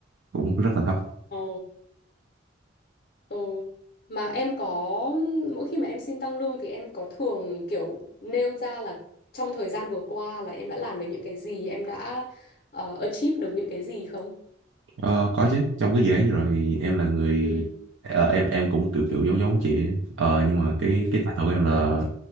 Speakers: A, on the right (about 70°); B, on the left (about 45°).
A: cũng rất là thấp
B: ồ, ừ. Mà em có mỗi khi mà em xin tăng lương thì em có thường kiểu nêu ra là trong thời gian vừa qua là em đã làm được những cái gì, em đã ờ, achieve được những cái gì không?
A: Ờ, có chứ trong cái dự án vừa rồi thì em là người
B: Ừ,
A: ờ, em em cũng kiểu kiểu giống giống chị ấy. ờ, nhưng mà cái
B: ừ,
A: cái title của em là